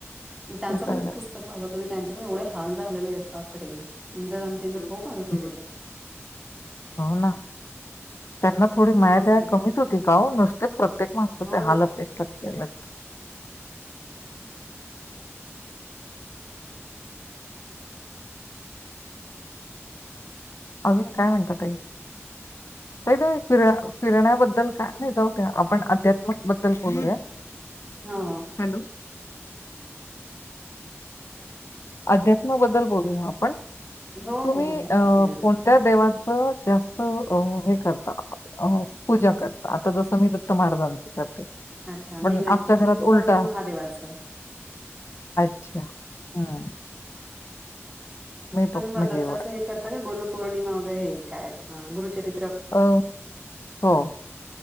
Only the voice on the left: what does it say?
सुंदर
आहे.
हम्म,
हम्म. हो ना. त्यांना थोडी माया
दया
कमीच
होती का हो नुसते प्रत्येक माणसाचे
हाल <unintelligible> केलेत. अजून काय म्हणता ताई. ताई तुम्ही फिर फिरण्याबद्दल काय नाही जाऊ द्या आपण अध्यात्मिक बद्दल बोलूया.
हॅलो. अध्यात्माबद्दल बोलूया आपण
तुम्ही
अ
कोणत्या देवा च जास्त अ हे करता अ पूजा करता आता जसं मी दत्त महाराजांचं करते.
पण
आमच्या घरात उलटा
अच्छा हम्म.
पप्पा
म्हणजे
अं हो.